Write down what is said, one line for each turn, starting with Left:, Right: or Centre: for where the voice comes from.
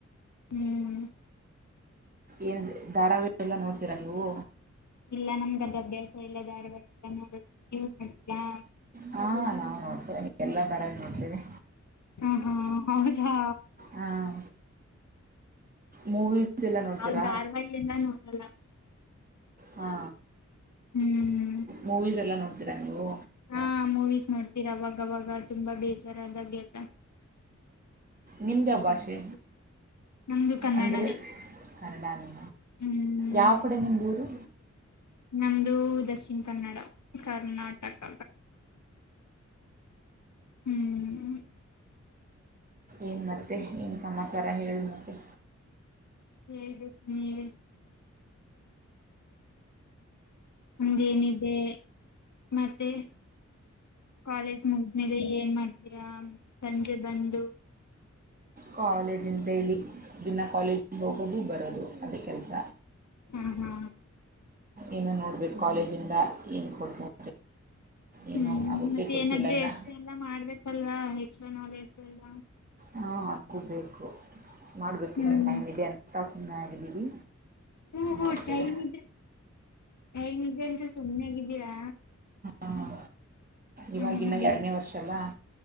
Left: ಹ್ಮ್
Right: ಏನು ಧಾರಾವಾಹಿ ಎಲ್ಲ ನೋಡ್ತೀರ ನೀವು
Left: ಇಲ್ಲ ನಮಗೆ ಅದು ಅಭ್ಯಾಸ ಇಲ್ಲ ಧಾರವಾಹಿ ಎಲ್ಲ ನೋಡೋದು ನೀವು ನೋಡ್ತೀರಾ
Right: ಹಾ ನಾವು ನೋಡ್ತೇವಿ ಎಲ್ಲಾ ಧಾರಾವಾಹಿ ನೋಡ್ತೀವಿ
Left: ಹಾ ಹಾ ಹೌದಾ
Right: ಹಾಂ ಮೂವೀಸ್ ಎಲ್ಲ ನೋಡ್ತೀರ
Left: ನಾವ್ ಧಾರವಾಹಿ ಎಲ್ಲ ನೋಡಲ್ಲ
Right: ಹಾ
Left: ಹ್ಮ್
Right: ಮೂವೀಸ್ ಎಲ್ಲ ನೋಡ್ತೀರಾ ನೀವು
Left: ಹಾ ಮೂವೀಸ್ ನೋಡ್ತೀನೀ ಅವಾಗ ಅವವಾಗ ತುಂಬಾ ಬೇಜಾರದಾಗೆಲ್ಲ
Right: ನಿಮ್ದ ಯಾವ ಭಾಷೆ
Left: ನಮ್ದು ಕನ್ನಡನೇ
Right: ಅಂದರೆ ಕನ್ನಡಾನೇ
Left: ಹ್ಮ್
Right: ಯಾವ ಕಡೆ ನಿಮ್ಮದು ಊರು
Left: ನಮ್ದ ದಕ್ಷಿಣ ಕನ್ನಡ ಕರ್ನಾಟಕ ಹ್ಮ್
Right: ಏನು ಮತ್ತೆ ಏನು ಸಮಾಚಾರ ಹೇಳು ಮತ್ತೆ
Left: ಹೇಳ್ಬೇಕು ನೀವೇ ನಮ್ದು ಏನಿದೆ ಮತ್ತೆ ಕಾಲೇಜ್ ಮು ಮುಗುದ್ಮೇಲೆ ಏನ್ಮಾಡ್ತೀರಾ ಸಂಜೆ ಬಂದು
Right: ಕಾಲೇಜಿನ ಡೈಲಿ ದಿನ ಕಾಲೇಜಿಗೆ ಹೋಗೋದು ಬರೋದು ಅದೇ ಕೆಲಸ
Left: ಹಾ ಹಾ
Right: ಏನು ನೋಡ್ಬೇಕು ಕಾಲೇಜಿಂದ ಏನ್ ಕೊಡ್ತಾರೆ ಏನು
Left: ಹ್ಮ್
Right: ಆಗುತ್ತೆ
Left: ಮತ್ತೆ
Right: ಗೊತ್ತಿಲ್ಲ
Left: ಏನಾದ್ರು
Right: ಇನ್ನು
Left: ಎಕ್ಸ್ಟ್ರಾ ಎಲ್ಲಾ ಮಾಡ್ಬೇಕಲ್ವಾ ಎಕ್ಸ್ಟ್ರಾ ನಾಲೆಜ್ ಎಲ್ಲ
Right: ಹಾ ಆಗಬೇಕು ಮಾಡಬೇಕು
Left: ಹ್ಮ್
Right: ಇನ್ನುೂ ಟೈಮ್ ಇದೆ ಅಂತ ಸುಮ್ಮನೆ ಆಗಿದ್ದೀವಿ
Left: ಓಹೋ ಓಹೋ
Right: ನೋಡ್ತೇವೆ
Left: ಟೈಮ್ ಇದೆ ಟೈಮ್ ಇದೆ ಅಂತ ಸುಮ್ನೆಾಗಿದ್ದೀರಾ
Right: ಹಾ ಹ ಇವಾಗ
Left: ಹ್ಮ್
Right: ಇನ್ನಾಗ
Left: ಹ್ಮ್
Right: ಎರಡನೇ ವರ್ಷ ಅಲ್ಲ